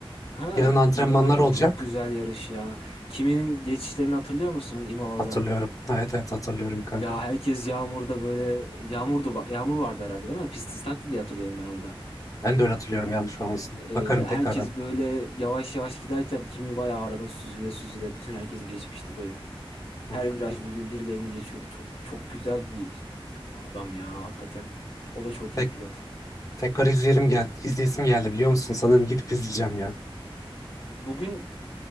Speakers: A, on the left; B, on the left.
A: Ha,
B: Yarın antrenmanlar
A: Imola'da
B: olacak.
A: çok güzel yarış ya. Kiminin geçişlerini hatırlıyor musun Imola'da?
B: Hatırlıyorum. Evet evet hatırlıyorum kanka.
A: Ya herkes yağmurda böyle yağmurdu va- yağmur vardı herhalde değil mi? Pist ıslaktı diye hatırlıyorum ben orada.
B: Ben de öyle hatırlıyorum yanlış olmasın.
A: Ee,
B: Bakarım tekrardan.
A: herkes böyle yavaş yavaş giderken kimi bayağı arada süzüle süzüle bütün herkesi geçmişti böyle.
B: Kanka.
A: Her viraj birini birilerini geçiyordu. Çok çok güzel bir adam ya hakikaten. O da çok
B: Tek,
A: iyi pilot.
B: tekrar izleyelim geldi. İzleyesim geldi biliyor musun? Sanırım gidip izleyeceğim ya.
A: Bugün